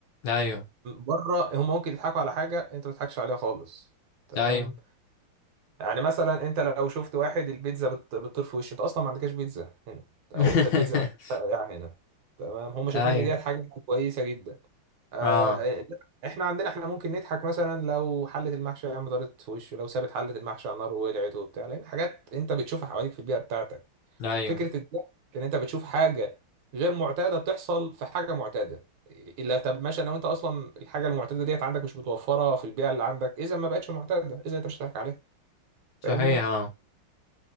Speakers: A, on the left (about 70°); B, on the right (about 75°).
A: أيوه
B: بره هم ممكن يضحكوا على حاجه انت ما تضحكش عليها خالص تمام
A: أيوه
B: يعني مثلا انت لو شفت واحد البيتزا بت- بتطير في وشه انت اصلا ما عندكش بيتزا هنا
A: <laughs>
B: او انت البيتزا مش بتاع هنا تمام هم شايفين
A: أيوه
B: ان دي حاجه كويسه جدا آه
A: أه
B: احنا عندنا احنا ممكن نضحك مثلا لو حله المحشي يا عم طارت في وشه لو سابت حله المحشي على النار وولعت وبتاع لان حاجات انت بتشوفها حواليك في البيئه بتاعتك
A: أيوه
B: فكره الضحك ان انت بتشوف حاجه غير معتاده بتحصل في حاجه معتاده الا طب ماشي انا وانت اصلا الحاجه المعتاده ديت عندك مش متوفره في البيئه اللي عندك اذا ما بقتش معتاده اذا انت مش هتضحك عليها
A: صحيح
B: فاهمني
A: أه